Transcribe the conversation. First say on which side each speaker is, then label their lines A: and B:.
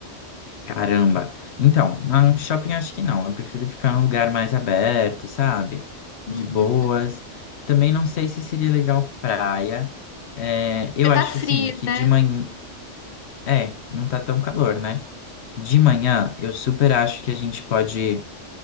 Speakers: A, on the left; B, on the left.
A: Caramba. Então, mas um shopping acho que não. Eu prefiro ficar num lugar mais aberto, sabe?
B: Uhum.
A: De boas. Também não sei se seria legal praia. É, eu
B: Porque
A: acho
B: tá frio,
A: assim que
B: né?
A: de manhã. É, não tá tão calor, né? De manhã, eu super acho que a gente pode